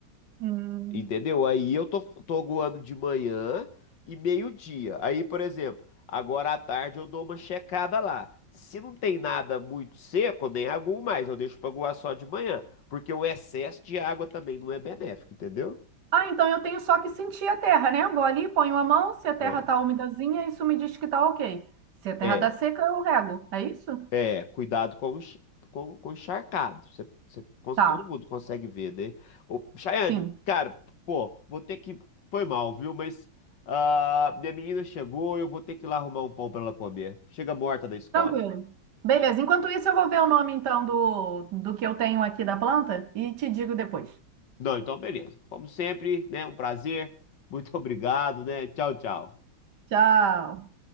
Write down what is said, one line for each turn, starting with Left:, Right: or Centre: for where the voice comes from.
Right: Hum.
Left: Entendeu? Aí eu tô, tô goando de manhã e meio-dia. Aí, por exemplo, agora à tarde eu dou uma checada lá. Se não tem nada muito seco, nem aguo mais, eu deixo pra aguar só de manhã. Porque o excesso de água também não é benéfico, entendeu?
Right: Ah, então eu tenho só que sentir a terra, né? Vou ali, ponho a mão, se a terra
Left: É.
Right: tá umidazinha, isso me diz que tá ok. Se a terra
Left: É.
Right: tá seca, eu rego. É isso?
Left: É, cuidado com o, enx- com, com o encharcado. Você, você, cons-
Right: Tá.
Left: todo mundo consegue ver, né? Ô, Chayane,
Right: Sim.
Left: cara, pô, vou ter que. Foi mal, viu? Mas ah, minha menina chegou, eu vou ter que ir lá arrumar um pão pra ela comer. Chega morta da escola.
Right: Tranquilo. Beleza. Enquanto isso, eu vou ver o nome então do, do que eu tenho aqui da planta e te digo depois.
Left: Não, então beleza. Como sempre, né? Um prazer. Muito <laughs> obrigado, né? Tchau, tchau.
Right: Tchau.